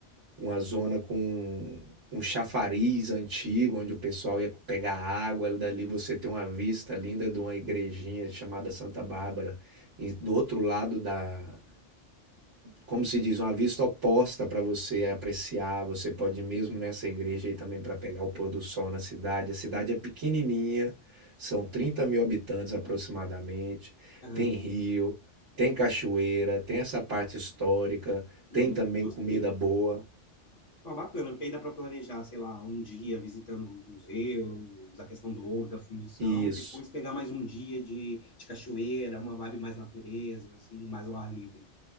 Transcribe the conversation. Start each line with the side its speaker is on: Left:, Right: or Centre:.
Right: uma zona com um chafariz antigo, onde o pessoal ia pegar água. Dali você tem uma vista linda de uma igrejinha chamada Santa Bárbara, e do outro lado da, como se diz, uma vista oposta para você apreciar. Você pode ir mesmo nessa igreja aí também para pegar o pôr do sol na cidade. A cidade é pequenininha, são 30 mil habitantes aproximadamente.
Left: Aham.
Right: Tem rio, tem cachoeira, tem essa parte histórica,
Left: Hum,
Right: tem também
Left: gostei.
Right: comida boa.
Left: Ah, bacana, porque aí dá para planejar, sei lá, um dia visitando os museus, a questão do ouro, da fundição,
Right: Isso.
Left: e depois pegar mais um dia de, de cachoeira, uma vibe mais natureza, assim, mais ao ar livre.